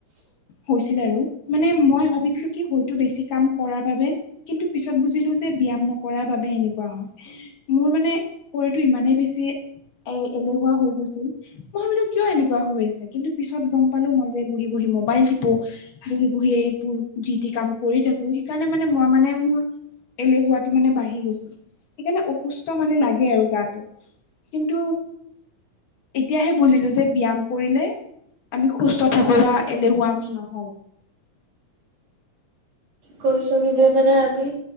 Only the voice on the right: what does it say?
কৈছো কি মানে আমি